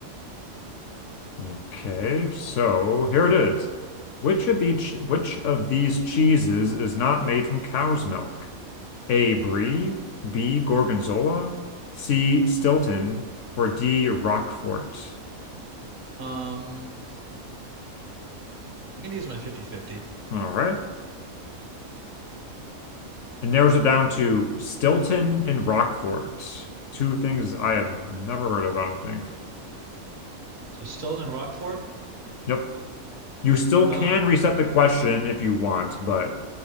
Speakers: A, on the left (about 70°); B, on the right (about 50°).
A: Okay, so here it is. Which of each which of these cheeses is not made from cow's milk? A brie, B gorgonzola, C Stilton, or D Roquefort.
B: Um, I can use my fifty-fifty.
A: All right. It narrows it down to Stilton and Roquefort. Two things I have never heard of, I don't think.
B: So Stilton and Rockfort.
A: Yep. You still can
B: Um,
A: reset the question if you want, but